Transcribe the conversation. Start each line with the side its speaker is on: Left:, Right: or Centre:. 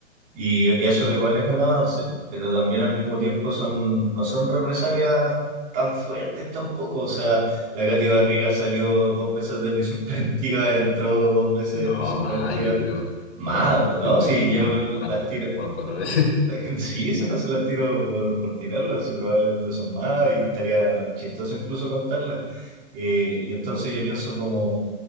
Right: Y eso igual es un avance, pero también al mismo tiempo son, no son represalias tan fuertes tampoco. O sea, la Katy Barriga salió dos veces de prisión <laughs> preventiva, entró dos veces
Left: No,
Right: de prisión
Left: más,
Right: preventiva.
Left: yo creo,
Right: Más,
Left: más, yo
Right: ¿no?
Left: creo
Right: Si
Left: que como
Right: yo
Left: una- unas,
Right: las
Left: cu-
Right: tiro.
Left: unas cuatro veces.
Right: <laughs> Sí, si no, si las tiro por, por tirarlas, y probablemente son más, y estaría chistoso incluso contarlas. Eh, y entonces yo pienso como